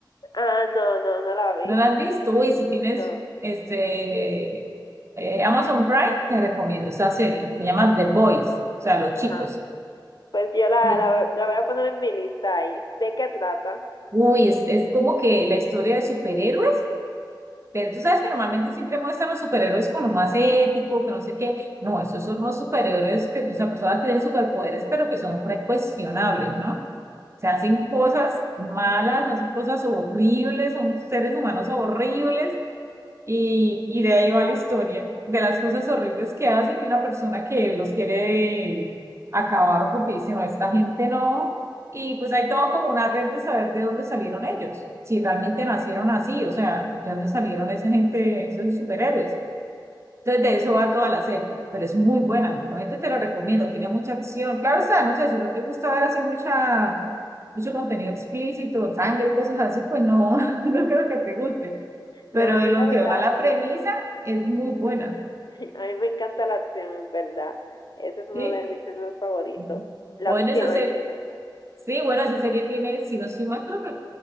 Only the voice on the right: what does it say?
¿No la has visto? Uy, si tienes
este eh, Amazon Prime, te recomiendo esa serie. Se llama The Boys, o sea, los chicos.
Y,
Uy, es, es como que la historia de superhéroes, pero tú sabes que normalmente siempre muestran los superhéroes con lo más ético, que no sé qué. No, esos son los superhéroes que, o sea, personas que tienen superpoderes, pero que son recuestionables, ¿no? se hacen cosas malas, hacen cosas horribles, son seres humanos horribles y, y de ahí va
la historia, de las cosas horribles que hacen y una persona que los quiere acabar porque dice, no, esta gente no. Y pues hay todo como una red de saber de dónde salieron ellos, si realmente nacieron así, o sea, de dónde salieron esa gente, esos superhéroes. Entonces, de eso va toda la serie, pero es muy buena, realmente te la recomiendo, tiene mucha acción. Claro está, no sé, si no te gusta ver así mucha, mucho contenido explícito, sangre, cosas así, pues no, <laughs> no creo que te guste. Pero
de
lo
que va la
premisa,
es muy buena,
¿sí?
Ujú.
Bueno,
esa serie,
sí, bueno, esa serie tiene, si no estoy mal, creo que